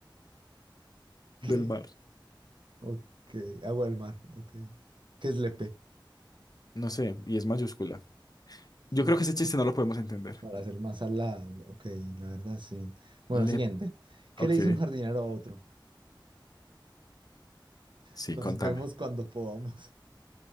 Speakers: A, on the left; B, on the right.
A: <laughs>
B: <laughs> ¿Qué?
A: del mar.
B: Ok, agua del mar. Ok. ¿Qué es Lepe?
A: No sé, y es mayúscula. Yo
B: <laughs>
A: creo que ese chiste no lo podemos entender.
B: Para hacer más saladas. Ok, la verdad sí. Bueno,
A: Le...
B: siguiente. ¿Qué
A: Ok,
B: le dice un jardinero a otro?
A: sí,
B: Nos
A: contame.
B: vemos cuando podamos.